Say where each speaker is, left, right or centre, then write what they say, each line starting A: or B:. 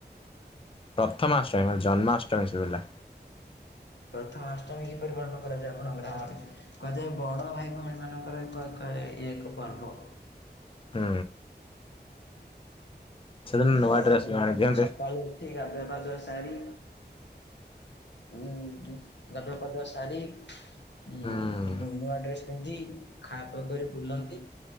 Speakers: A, on the left; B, on the left.
A: ପ୍ରଥମାଷ୍ଟମୀ ମତେ ଜନ୍ମାଷ୍ଟମୀ ଶୁଭିଲା।
B: ପ୍ରଥମ ଅଷ୍ଟମୀ କିପରି ପାଳନ କରାଯାଏ ଆପଣଙ୍କ ଗ୍ରାମରେ। କୁହାଯାଏ ବଡ଼ ଭାଇ ଭଉଣୀ ମାନଙ୍କର ଏକ ଇଏ ଏକ ପର୍ବ।
A: ହୁଁ। ସେଦିନ ନୂଆ
B: ବଡ
A: ଡ୍ରେସ୍
B: ଭାଇ ଭଉଣୀ
A: ବି ଆଣିଦିଅନ୍ତି
B: ମାନେ ସକାଳୁ ଉଠି ଗାଧୁଆ ପାାଧୁଆ ସାରି ଉଁ ଦୁ ଗାଧୁଆ ପାଧୁଆ ସାରି ଉଁ
A: ହୁଁ
B: ତୁ ନୂଆ ଡ୍ରେସ୍ ପିନ୍ଧି ଖା ପିଅ କରି ବୁଲନ୍ତି